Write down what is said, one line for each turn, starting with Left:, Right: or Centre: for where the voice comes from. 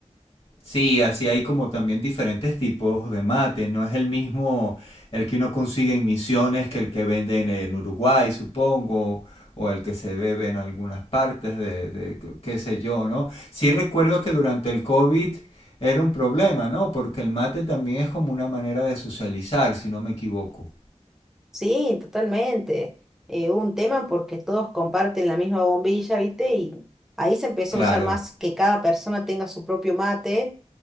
Left: Sí, así hay como también diferentes tipos de mate. No es el mismo el que uno consigue en Misiones que el que venden en Uruguay, supongo, o el que se bebe en algunas partes de, de qué sé yo, ¿no? Sí recuerdo que durante el COVID era un problema, ¿no? Porque el mate también es como una manera de socializar, si no me equivoco.
Centre: Sí, totalmente. Eh, un tema porque todos comparten la misma bombilla, ¿viste? Y ahí se empezó
Left: Claro.
Centre: a usar más que cada persona tenga su propio mate,